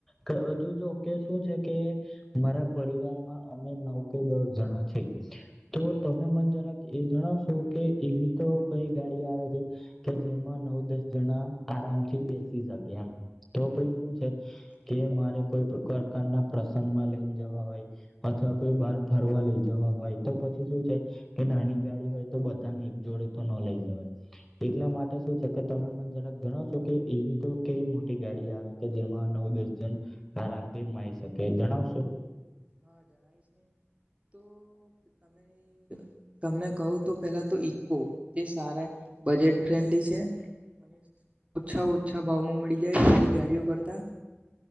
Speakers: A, in the centre; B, on the right.
A: કે હજુ જો કે શું છે કે મારા પરિવારમાં અમે નવ કે દસ જણા છે તો તમે મને જરાક એ જણાવશો કે એવી તો કઈ ગાડી આવે છે. કે જેમાં નવ દસ જણા આરામથી બેસી શકે એમ, તો પછી શું છે, કે મારે કોઈ પ્રકારના પ્રસંગમાં લઈને જવા હોય, અથવા કોઈ બહાર ફરવા લઈ જવા હોય તો પછી શું છે કે નાની ગાડી હોય તો બધાને એક જોડે તો ન લઈ જવાય. એટલા માટે શું છે કે તમે મન જરાક જણાવશો કે એવી તો કેવી મોટી ગાડી આવે કે જેમાં નવ દસ જન, આરામથી માઈ શકે જણાવશો?
B: હા જણાયશ નને તો તમે તમને કહું તો પેલા તો ઈકો એ સારા બજેટ ફ્રેન્ડલી છે, અને ઓછા ઓછા ભાવમાં મળી જાય બ ગાડીઓ કરતા,